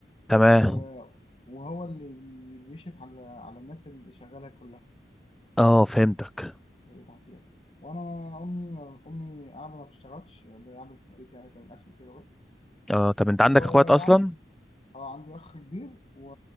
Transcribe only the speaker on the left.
و- وهو اللي بي- بيشرف على على الناس اللي شغاله كلها
اللي تحتيها وانا امي امي قاعده ما بتشتغلش اللي قاعده في البيت يعني تعمل اكل كده بس
وعندي
اه عندي اخ كبير و...